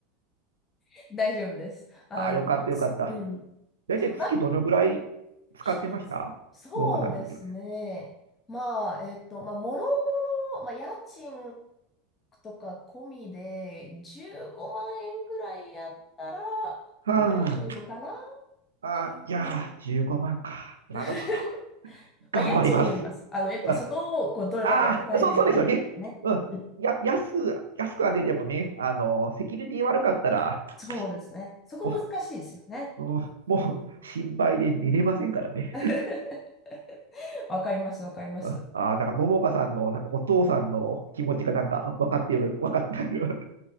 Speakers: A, on the left; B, on the right.
A: <laughs> 大丈夫です。あの、
B: ああ、よかったよかった。
A: うん。
B: 大体月どのぐらい使ってました桃花さんの時はね。
A: そう、一つそうですね。まあ、えっと、まあ、もろもろ、まあ、家賃とか込みで15万円ぐらいやったら大丈夫かな
B: はあ、
A: ?15
B: あー、いやー、15万か。
A: 万。
B: なるほど。
A: <laughs>
B: 頑張ります。
A: まあ、家賃によります。あの、やっぱそこをこうどれだけ抑えれるかによってね。
B: <laughs> ああー、そう、そうですよね。うん、
A: うん。
B: や、安、安く上げてもね、あの、セキュリティ悪かったら、
A: そうですね。
B: し
A: そこ難しいですよね。
B: もう、うんもう心配で寝れませんからね。
A: <laughs> わかります、わかります。
B: ああー、なんか、桃花さんの、なんか、お父さんの気持ちが、なんか、分かっている、分かっている。